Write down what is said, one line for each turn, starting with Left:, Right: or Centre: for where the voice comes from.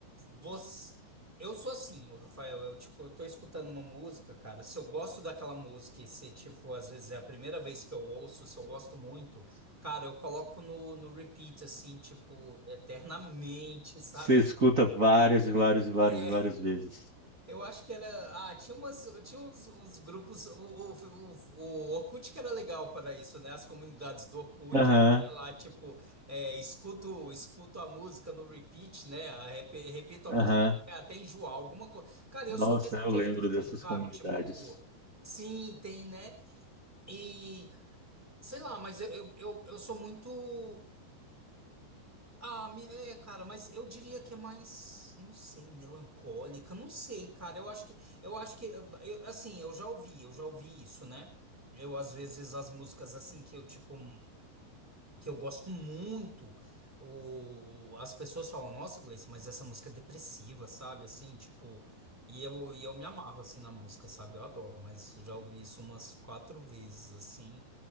Centre: você... Eu sou assim, o Rafael. Eu, tipo, eu tô escutando uma música, cara. Se eu gosto daquela música e se, tipo, às vezes é a primeira vez que eu ouço, se eu gosto muito, cara, eu coloco no, no repeat, assim, tipo, eternamente, sabe?
Right: Você escuta várias, e várias, e várias,
Centre: É,
Right: e várias vezes.
Centre: Eu acho que era. Ah, tinha umas, tinha uns, uns grupos. O, o, o, o Orkut que era legal para isso, né? As comunidades do Orkut.
Right: Aham,
Centre: Ia lá, tipo, é, escuto, escuto a música no repeat, né? a- rep- Repito a
Right: aham.
Centre: música até, até enjoar, alguma coisa. Cara,
Right: Nossa,
Centre: eu sou desse
Right: eu
Centre: jeito,
Right: lembro
Centre: assim,
Right: dessas
Centre: sabe?
Right: comunidades.
Centre: Tipo, sim, tem, né? E sei lá, mas eu, eu, eu eu sou muito. Ah, me- é, cara, mas eu diria que é mais, não sei, melancólica, não sei, cara. Eu acho que, eu acho que, eu- eu- assim, eu já ouvi, eu já ouvi isso, né? Eu às vezes as músicas assim que eu tipo m- que eu gosto muito, o, as pessoas falam, nossa, Gleice, mas essa música é depressiva, sabe? Assim, tipo, e eu, e eu me amarro assim na música, sabe? Eu adoro, mas já ouvi isso umas quatro vezes assim.